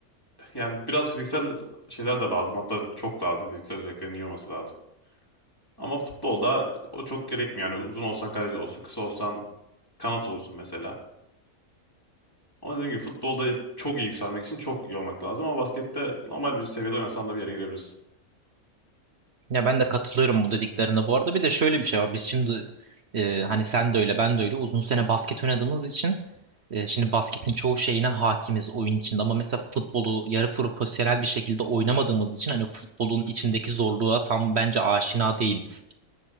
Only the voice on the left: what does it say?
yani biraz fiziksel şeyler de lazım. Hatta çok lazım. Fiziksel özelliklerin iyi olması lazım. Ama futbolda o çok gerekmiyor. Yani uzun olsan kaleci olsun, kısa olsan kanat olursun mesela. Ama dediğim gibi futbolda çok iyi yükselmek için çok iyi olmak lazım. Ama baskette normal bir seviyede oynasan da bir yere girebilirsin.